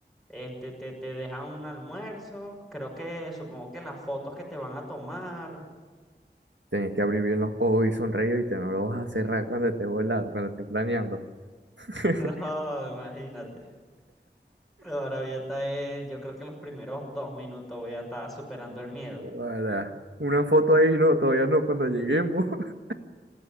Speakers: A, in the centre; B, on the right.
A: este, te, te dejan un almuerzo, creo que, supongo que las fotos que te van a tomar,
B: tenés que abrir bien los ojos y sonreír y te no lo vas a cerrar cuando estés volando, cuando estés planeando. <laughs>
A: <laughs> no, imagínate. Ahora voy a estar, eh, yo creo que los primeros dos minutos voy a estar superando el miedo.
B: Hola. Una foto ahí, no, todavía no, cuando lleguemos. <laughs>